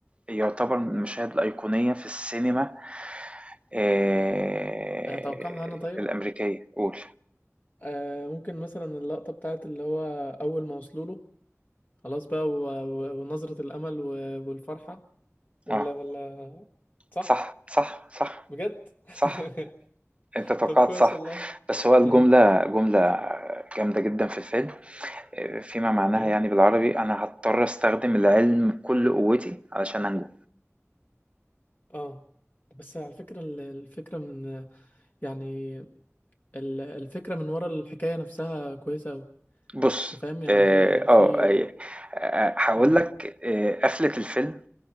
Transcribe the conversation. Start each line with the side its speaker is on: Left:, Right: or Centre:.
Right: يعتبر من المشاهد الأيقونية في السينما آه،
Left: أتوقعها أنا طيب
Right: الأمريكية قول
Left: آه ممكن مثلا اللقطة بتاعت اللي هو أول ما وصلوا له خلاص بقى و... و... ونظرة الأمل و... والفرحة ولا
Right: اه
Left: ولا صح
Right: صح صح صح
Left: بجد <laughs>
Right: صح انت توقعت
Left: طب كويس
Right: صح
Left: والله
Right: بس هو الجملة
Left: اه
Right: جملة جامدة جدا في الفيلم آه، فيما معناها
Left: ايوه
Right: يعني بالعربي أنا هضطر أستخدم العلم بكل قوتي علشان أنجو
Left: اه بس على فكرة ال- الفكرة من يعني ال- الفكرة من ورا الحكاية نفسها كويسة أوي
Right: بص
Left: فاهم يعني
Right: اه
Left: في في
Right: آه، آه، آه، هقول
Left: اه
Right: لك آه، قفلة الفيلم